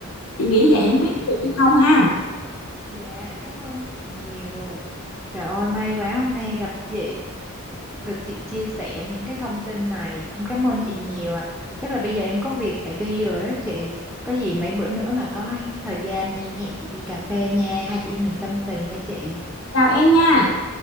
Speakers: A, on the left; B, in the centre.
A: chị nghĩ vậy
B: dạ
A: không biết được hay không ha
B: Dạ, cảm ơn chị nhiều. Trời ơi, may quá hôm nay gặp chị, được chị chia sẻ những cái thông tin này. Em cảm ơn chị nhiều ạ. Chắc là bây giờ em có việc phải đi rồi á chị. Có gì mấy bữa nữa mà có thời gian em hẹn chị đi cà phê nha. Hai chị em mình tâm tình nha chị.
A: chào em nha